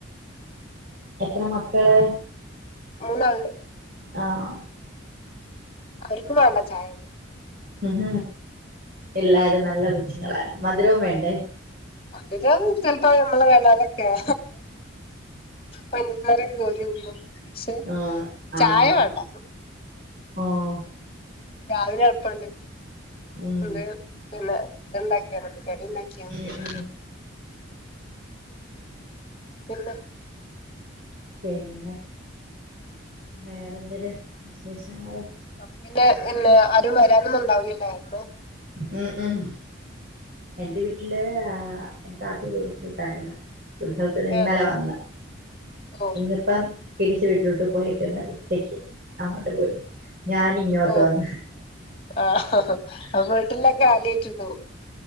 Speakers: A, on the right (about 45°); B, on the left (about 30°).
A: എത്ര മക്കള്
B: മൂന്നാള്ണ്ട്
A: ആഹ്
B: അവർക്കു വേണ്ട ചായ
A: ഉം എല്ലാരും നല്ല കൊച്ചുങ്ങളാണ് മധുരോം വേണ്ടേ
B: മധുരം ചെലപ്പോ യമ്മള് വേണ്ടാലൊക്കെയാ പഞ്ചസാര കേറിയൊള്ളോ പക്ഷെ
A: ആഹ് ആഹ്
B: ചായ വേണ്ട
A: ഓഹ്
B: രാവിലെ എളുപ്പോണ്ട്
A: ഉം
B: ദേ പിന്നെ ഇണ്ടാക്കിയാൽ കറി ഇണ്ടാക്കിയാ മതി
A: ഉം
B: ഇനി
A: ഉം
B: പിന്നെ
A: പിന്നെ വേറെ എന്തര് വിശേഷങ്ങ
B: അപ്പൊ പിന്നെ പിന്നെ ആരും വരാനൊന്നും ഇണ്ടാവൂല്ലല്ലോ
A: ഉം ഉം എന്റെ വീട്ടില് ആഹ് എന്റെ താത്തി ജോലി സ്ഥലത്താരുന്ന് ഉത്സവത്തിനിന്നലെ
B: ഏഹ്
A: വന്ന്
B: ഓ
A: ഇന്നിപ്പം തിരിച്ച് വീട്ടിലോട്ട് പോയേക്കുന്ന് ഉച്ചക്ക് അങ്ങോട്ട് പോയ് ഞാനിങ്ങോട്ട്
B: ഓ
A: വന്ന്
B: ആഹ് അപ്പൊ വീട്ടുള്ള ആലോച്ചുന്നു